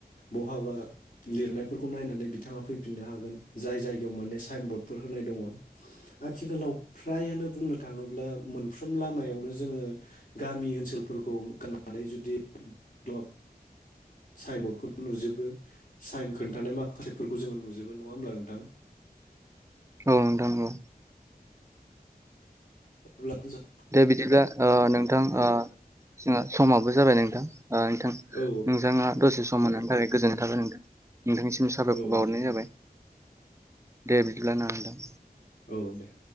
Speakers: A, on the left (about 55°); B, on the right (about 20°).
A: बहाबा लिरनायफोरखौ नायनानै बिथाङा फैफिननो हागोन जाय जायगायाव माने साइन बर्ड फोर होनाय दङ आथिखालाव फ्रायानो बुंनो थाङोब्ला मोनफ्रोम लामायावनो जोङो गामि ओनसोलफोरखौ गाननानै जुदि औ साइन बरडखौ नुजोबो साइन खोन्थानाय माखासेफोरखौ जोङो नुजोबो नङा होमब्ला नोंथां
B: औ नोंथां नंगौ।
A: अब्ला जों-
B: दा बिदिब्ला नोंथां जों समाबो जाबाय नोंथां नोंथां
A: औ
B: नोंथाङा दसे सम मोननायनि थाखाय गोजोन्नाय थाबाय नोंथां नोंथांनिसिम साबायखौ
A: औ औ
B: बावहरनाय
A: दे नोंथां,
B: जाबाय दे बिदिब्ला ना होनदां
A: औ दे।